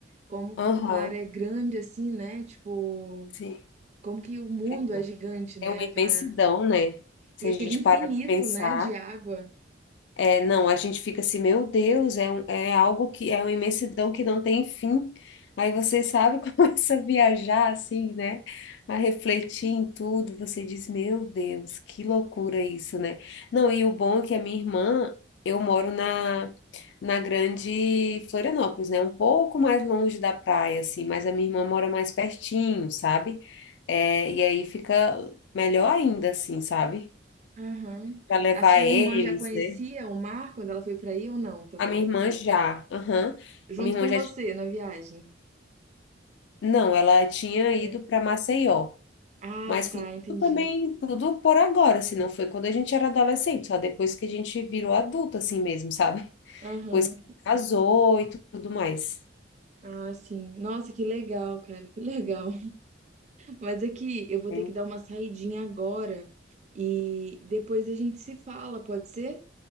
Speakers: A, on the right; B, on the left.
A: como que
B: Aham,
A: o mar é grande assim, né? Tipo,
B: sim.
A: como que o mundo
B: É
A: é gigante, né?
B: é uma imensidão,
A: Aquela,
B: né? Se
A: e
B: a
A: aquele
B: gente
A: infinito,
B: parar para pensar.
A: né, de água.
B: É, Não, a gente fica assim, meu Deus, é, um- é algo que é uma imensidão que não tem fim. Aí você sabe, <laughs> começa a viajar assim, né? A refletir em tudo, você diz, meu Deus, que loucura isso, né? Não, e o bom é que a minha irmã, eu moro na, na grande Florianópolis, né? Um pouco mais longe da praia, assim, mas a minha irmã mora mais pertinho, sabe? É, e aí fica melhor ainda, assim, sabe?
A: Aham.
B: Para levar
A: A sua
B: eles,
A: irmã já conhecia
B: né?
A: o mar quando ela foi pra aí ou não também?
B: A minha irmã já, aham.
A: Junto
B: A minha
A: com
B: irmã já,
A: você
B: ti-
A: na viagem.
B: não, ela tinha ido
A: né?
B: para Maceió,
A: Ah,
B: mas foi
A: tá, entendi.
B: tudo também, tudo por agora, assim, não foi quando a gente era adolescente, só depois que a gente virou adulto, assim mesmo, sabe? <laughs>
A: Aham.
B: Depois que casou e tu- tudo mais.
A: Ah, sim. Nossa, que legal, cara, que legal. Mas é que eu vou
B: Hum,
A: ter que dar uma saidinha agora e depois a gente se fala, pode ser?